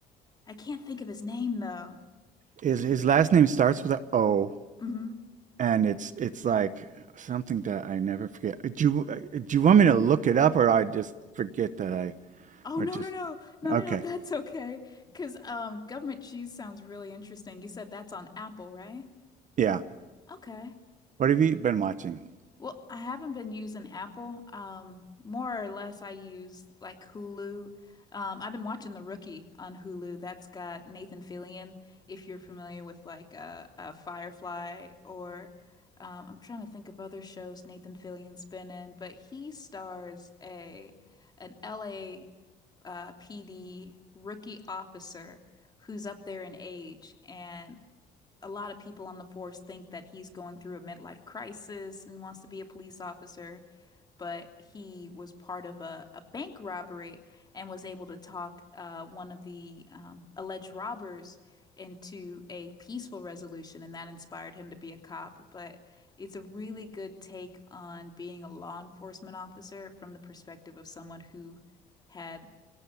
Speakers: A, on the left; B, on the right.
A: I can't think of his name though.
B: his his last name starts with a O,
A: hmm
B: and it's it's like something that I never forget. Uh, Do you uh, do you want me to look it up, or I just forget that I
A: Oh
B: or
A: no
B: just
A: no no no
B: okay?
A: no no that's okay. Because um, government cheese sounds really interesting. You said that's on Apple, right?
B: Yeah.
A: Okay.
B: What have you been watching?
A: Well, I haven't been using Apple. Um, more or less, I use like Hulu. Um, I've been watching The Rookie on Hulu. That's got Nathan Fillion, if you're familiar with like uh, uh, Firefly, or um, I'm trying to think of other shows Nathan Fillion's been in, but he stars a an LA uh, PD rookie officer who's up there in age, and a lot of people on the force think that he's going through a midlife crisis and wants to be a police officer, but he was part of a, a bank robbery and was able to talk uh, one of the um, alleged robbers into a peaceful resolution, and that inspired him to be a cop. But it's a really good take on being a law enforcement officer from the perspective of someone who had